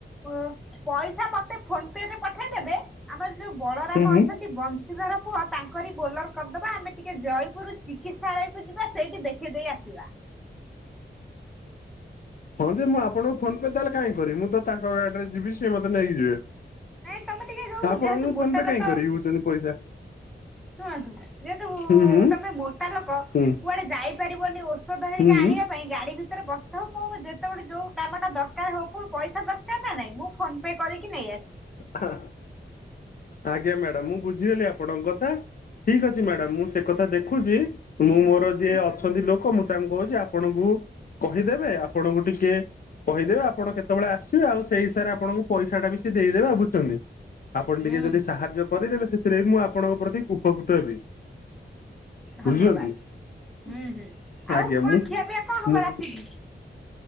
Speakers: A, in the centre; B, on the left (about 45°).
A: ଓ ପଇସା ମତେ ଫୋନ ପେରେ ପଠେଇଦେବେ ଆମର ଯୋଉ ବଳରାମ
B: ହୁଁ ହୁଁ।
A: ଅଛନ୍ତି ବଂଶ ର ପୁଅ ତାଙ୍କରି ବୋଲର କରିଦବା ଆମେ ଟିକେ ଜୟପୁର ଚିକିତ୍ସାଳୟକୁ ଯିବା ସେଇଠି ଦେଖିଦେଇ ଆସିବା।
B: ହଁ ଯେ ମୁଁ ଆପଣଙ୍କୁ ଫୋନ ପେ ତାହଲେ କାଇଁ ମୁଁ ତ ତାଙ୍କ ଗାଡିରେ ଯିବି ସିଏ ମତେ ନେଇକି ଯିବେ।
A: ନାଇଁ ତମେ ଟିକେ ଯୋଉ
B: ଆପଣଙ୍କୁ
A: ଯେହେତୁ
B: ଫୋନ
A: ମୋଟା
B: ପେ
A: ଲୋକ
B: କାଇହିଁ କରିବି
A: ଆଉ
B: ହଉଛନ୍ତି ପଇସା?
A: ଶୁଣନ୍ତୁ ଯେହେତୁ
B: ହୁଁ ହୁଁ
A: ତମେ ମୋଟା ଲୋକ
B: ହୁଁ
A: କୁଆଡେ ଯାଇପାରିବନି ଔଷଧ ଧରିକି
B: ହୁଁ।
A: ଆଣିବା ପାଇଁ ଗାଡିବି <unintelligible> ଯେତେବେଳେ ଯୋଉ କାମଟା ଦରକାର ହବ ପଇସା ଦରକାର ହଁ ନା ନାଇଁ? ମୁଁ ଫୋନ-ପେ କରିକି ନେଇ ଆସିବି।
B: ହଁ। ଆଜ୍ଞା ମାଡାମ। ମୁଁ ବୁଝିଗଲି ଆପଣଙ୍କ କଥା। ଠିକ ଅଛି ମ୍ୟାଡାମ। ମୁଁ ସେ କଥା ଦେଖୁଛି ମୁଁ ମୋର ଯିଏ
A: ହୁଁ
B: ଅଛନ୍ତି ଲୋକ ମୁଁ ତାଙ୍କୁ କହୁଛି ଆପଣଙ୍କୁ କହିଦେବେ ଆପଣଙ୍କୁ ଟିକେ କହିଦେବେ ଆପଣ କେତେବେଳେ ଆସିବେ ଆଉ ସେଇ ହିସାବରେ ଆପଣଙ୍କୁ ପଇସାଟା ବି ସେ ଦେଇଦେବେ ଆଉ ବୁଝୁଛନ୍ତି? ଆପଣ
A: ହୁଁ
B: ଟିକେ ଯଦି
A: ହୁଁ।
B: ସାହାଯ୍ୟ କରିଦେବେ ସେଥିରେ ବି ମୁଁ ଆପଣଙ୍କ ପ୍ରତି ଉପକୃତ ହେବି।
A: ଧନ୍ୟବାଦ।
B: ବୁଝୁଛନ୍ତି।
A: ହୁଁ ହୁଁ ଆଉ
B: ଆଜ୍ଞା
A: କଣ
B: ମୁଁ
A: ଖିଆପିଆ କଣ ହବ
B: ମୁଁ
A: ରାତିକି